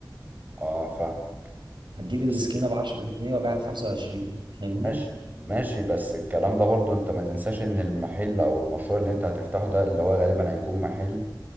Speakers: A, on the right; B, on the right.
A: اه فاهمك
B: هتجيب السكينة
A: بس
B: ب 10 جنيه وهبيعها ب 25 فاهمني؟
A: ماشي ماشي بس الكلام ده برضو انت ما تنساش ان المحل او المشروع اللي انت هتفتحه ده اللي هو غالبا هيكون محل